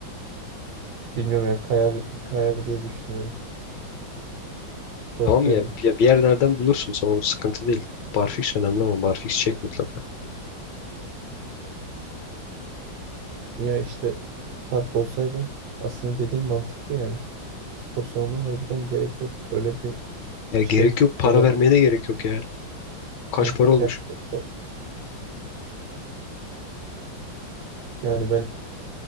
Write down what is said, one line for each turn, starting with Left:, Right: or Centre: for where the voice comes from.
Right: Bilmiyorum ya kayar kayar diye düşünüyorum. Korkuyorum.
Left: Tamam ya bir, bir yerlerden bulursun. Sonra sıkıntı değil. Barfix önemli ama Barfix çek mutlaka.
Right: Ya işte park olsaydı aslında dediğim mantıklı yani. Spor salonu harbiden gerek yok. Öyle bir
Left: Ya
Right: şey
Left: gerek yok. Para
Right: ne derler?
Left: vermeye de gerek yok ya.
Right: Komplike
Left: Kaç para olmuş?
Right: hareketler. Yani ben